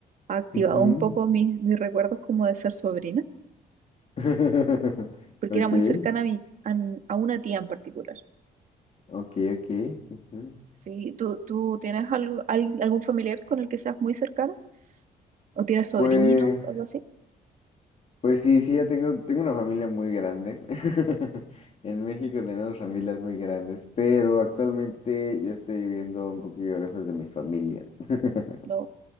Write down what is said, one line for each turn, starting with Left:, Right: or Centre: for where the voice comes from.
Right: activado
Left: Ujú.
Right: un poco mis, mis recuerdos como de ser sobrina,
Left: <laughs>
Right: porque
Left: Ok,
Right: era muy cercana a, mi, a, mi- a una tía en particular.
Left: ok, ok. ujú.
Right: Sí, ¿tú, tú tienes algo, al- algún familiar con el que seas muy cercano? ¿O tienes sobrinos,
Left: Pues,
Right: algo así?
Left: Pues sí, sí, ya tengo, tengo una familia muy grande. <laughs> En México tenemos familias muy grandes, pero actualmente yo estoy viviendo un poquillo lejos de mi familia. <laughs>
Right: No.